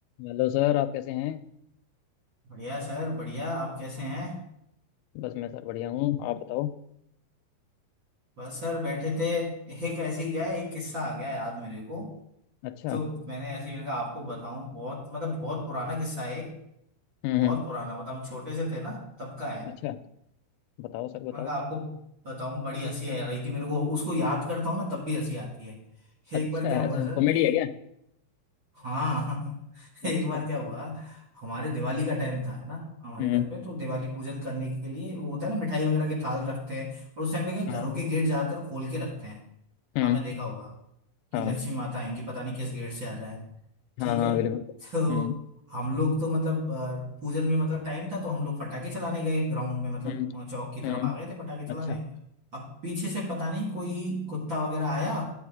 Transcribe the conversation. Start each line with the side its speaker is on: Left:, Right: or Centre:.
Left: हेलो सर आप कैसे हैं
Right: बढ़िया सर बढ़िया आप कैसे हैं
Left: बस मैं सर बढ़िया हूँ आप बताओ
Right: बस सर बैठे थे एक ऐसी क्या एक किस्सा आ गया याद मेरे को
Left: अच्छा
Right: तो मैंने ऐसे ही मैंने कहा आपको बताऊं बहुत मतलब बहुत पुराना किस्सा है एक
Left: हम्म
Right: बहुत
Left: हम्म
Right: पुराना मतलब हम छोटे से थे ना तब का है
Left: अच्छा बताओ सर बताओ
Right: मैंने कहा आपको बताऊं बड़ी हंसी आ रही थी मेरे को उसको याद करता हूँ ना तब भी हंसी आती है
Left: अच्छा
Right: एक बार क्या
Left: है
Right: हुआ
Left: अच्छा
Right: सर
Left: कॉमेडी
Right: कि
Left: है क्या
Right: हाँ <laughs>
Left: अच्छा
Right: एक बार क्या हुआ हमारे दिवाली का टाइम था ना हमारे
Left: हम्म
Right: घर पे तो दिवाली पूजन करने के लिए वो होता है ना मिठाई वगैरह के थाल रखते हैं और उस टाइम पे क्या
Left: हाँ
Right: घरों के गेट ज्यादातर खोल के रखते हैं
Left: हम्म
Right: आपने देखा होगा कि
Left: हाँ
Right: लक्ष्मी माता आएंगी पता नहीं किस गेट से आ जाए
Left: हाँ
Right: ठीक
Left: हाँ
Right: है
Left: बिल्कुल
Right: <laughs> तो
Left: हम्म
Right: हम लोग तो मतलब अ, पूजन में मतलब टाइम था तो हम लोग पटाखे चलाने गए ग्राउंड में मतलब
Left: हम्म
Right: अ, चौक की तरफ
Left: हम्म
Right: आ गए थे पटाखे चलाने
Left: अच्छा
Right: अब पीछे से पता नहीं कोई कुत्ता वगैरह आया